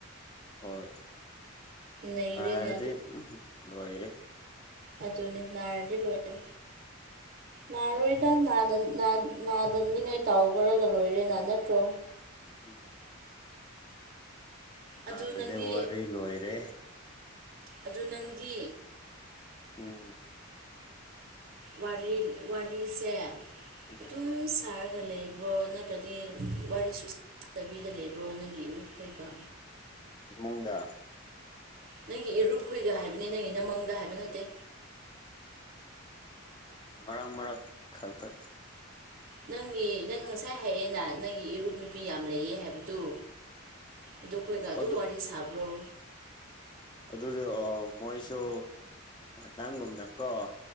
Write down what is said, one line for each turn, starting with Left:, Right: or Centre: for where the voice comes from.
Left: ꯍꯣꯏ
Right: ꯅꯩꯔꯦꯅꯦ
Left: ꯅꯥꯔꯗꯤ ꯎꯝ ꯂꯣꯏꯔꯦ
Right: ꯑꯗꯨꯅꯤ ꯅꯥꯔꯗꯤ ꯂꯣꯏꯔꯦ ꯅꯥꯔꯣꯏꯗ ꯅꯥꯗ ꯅꯥꯗ ꯅꯥꯗꯅꯤꯉꯥꯏ ꯇꯧꯈ꯭ꯔꯒ ꯂꯣꯏꯔꯦꯅ ꯅꯠꯇ꯭ꯔꯣ
Left: ꯎꯝ ꯅꯥꯔꯗꯤ
Right: ꯑꯗꯨ ꯅꯪꯗꯤ
Left: ꯋꯥꯔꯤ ꯂꯣꯏꯔꯦ
Right: ꯑꯗꯨ ꯅꯪꯗꯤ
Left: ꯎꯝ
Right: ꯋꯥꯔꯤ ꯋꯥꯔꯤꯁꯦ
Left: ꯎꯝ
Right: ꯑꯗꯨꯝ ꯁꯥꯔꯒ ꯂꯩꯕ꯭ꯔꯣ ꯅꯠꯇ꯭ꯔꯗꯤ ꯋꯥꯔꯤꯁꯨ ꯁꯥꯗꯕꯤꯗ ꯂꯩꯕ꯭ꯔꯣ ꯅꯪꯒꯤ ꯏꯔꯨꯞꯈꯣꯏꯒ
Left: ꯏꯃꯨꯡꯗ
Right: ꯅꯪꯒꯤ ꯏꯔꯨꯨꯞꯈꯣꯏꯒ ꯍꯥꯏꯕꯅꯤ ꯅꯪꯒꯤ ꯅꯃꯪꯗ ꯍꯥꯏꯕ ꯅꯠꯇꯦ
Left: ꯃꯔꯛ ꯃꯔꯛ ꯈꯛꯇ
Right: ꯅꯪꯒꯤ ꯅꯪ ꯉꯁꯥꯏ ꯍꯥꯏꯔꯦꯅ ꯅꯪꯒꯤ ꯏꯔꯨꯞ ꯅꯨꯄꯤ ꯌꯥꯝ ꯂꯩꯌꯦ ꯍꯥꯏꯕꯗꯨ ꯑꯗꯨꯈꯣꯏꯒ ꯑꯗꯨꯨꯝ
Left: ꯑꯗꯨ
Right: ꯋꯥꯔꯤ ꯁꯥꯕ꯭ꯔꯣ
Left: ꯑꯗꯨꯗꯤ ꯑꯣ ꯣꯏꯁꯨ ꯅꯪꯒꯨꯝꯅ ꯀꯣ